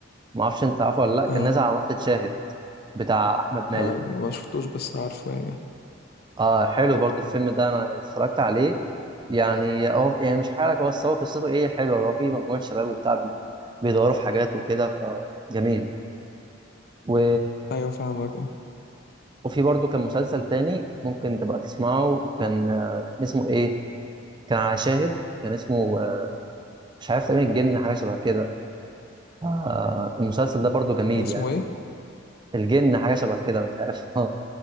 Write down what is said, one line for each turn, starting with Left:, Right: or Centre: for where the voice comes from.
Right: ما اعرفش انت عارفه ولا لا كان
Left: اه
Right: نازل على منصه شاهد بتاع احمد مالك
Left: آه ما شفتوش بس عارفه يعني
Right: اه حلو برضو الفيلم ده انا اتفرجت عليه يعني هو يعني مش هحكي لك هو بس هو قصته ايه حلوه هو في مجموعه شباب وبتاع بي... بيدوروا في حاجات وكده فجميل و...
Left: ايوه فاهمك اه
Right: وفي برضو كان مسلسل تاني ممكن تبقى تسمعه كان آه، كان اسمه ايه كان على شاهد كان اسمه آه، مش عارف تقريبا الجن حاجه شبه كده آه، المسلسل ده برضو جميل
Left: يعني اسمه
Right: يعني
Left: ايه
Right: الجن حاجه شبه كده مش عارف <laughs>